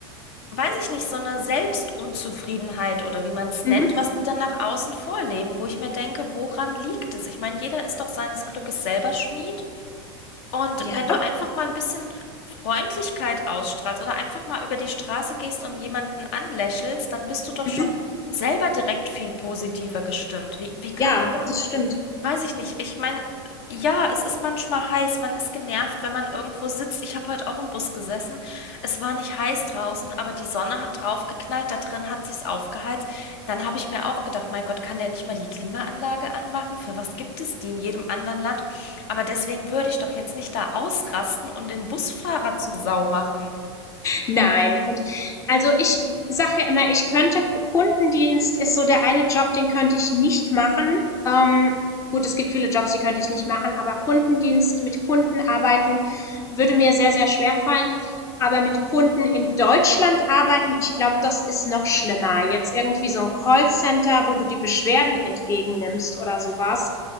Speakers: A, on the left (about 65°); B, on the left (about 20°).
A: weiß ich nicht, so eine Selbstunzufriedenheit oder wie man es
B: mhm.
A: nennt, was die dann nach außen vorleben, wo ich mir denke, woran liegt es? Ich meine, jeder ist doch seines Glückes selber Schmied. Und
B: Ja.
A: wenn du einfach mal ein bisschen Freundlichkeit ausstrahlst oder einfach mal über die Straße gehst und jemanden anlächelst, dann bist du doch
B: Mhm.
A: schon selber direkt viel positiver gestimmt. Wie, wie
B: ja,
A: kann man denn
B: das stimmt.
A: Weiß ich nicht. Ich meine, ja, es ist manchmal heiß. Man ist genervt, wenn man irgendwo sitzt. Ich habe heute auch im Bus gesessen. Es war nicht heiß draußen, aber die Sonne hat draufgeknallt. Da drin hat sich's aufgeheizt. Dann habe ich mir auch gedacht, mein Gott, kann der nicht mal die Klimaanlage anmachen? Für was gibt es die in jedem anderen Land? Aber deswegen würde ich doch jetzt nicht da ausrasten und den Busfahrer zur Sau machen.
B: Nein, und also ich sage ja immer, ich könnte, Kundendienst ist so der eine Job, den könnte ich nicht machen. Ähm, gut, es gibt viele Jobs, die könnte ich nicht machen, aber Kundendienst, mit Kunden arbeiten, würde mir sehr, sehr schwer fallen. Aber mit Kunden in Deutschland arbeiten, ich glaube, das ist noch schlimmer. Jetzt irgendwie so ein Callcenter, wo du die Beschwerden entgegennimmst oder sowas.